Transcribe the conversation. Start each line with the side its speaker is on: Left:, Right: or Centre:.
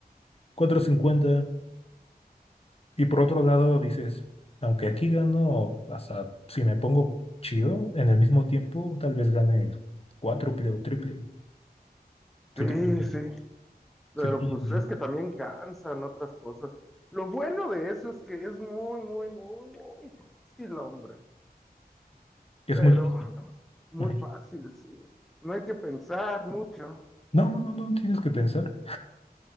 Left: cuatro cincuenta Y por otro lado dices, aunque aquí gano, hasta si me pongo chido, en el mismo tiempo tal vez gane el cuádruple o triple. Si
Centre: Sí,
Left: te pones-
Centre: sí, pero
Left: si te pones
Centre: pues
Left: bien.
Centre: es que también cansan otras cosas. Lo bueno de eso es que es muy, muy, muy, muy fácil, hombre.
Left: Es
Centre: pero
Left: muy difícil.
Centre: muy
Left: Ajá.
Centre: fácil, sí. No hay que pensar mucho.
Left: No, no, no tienes que pensar.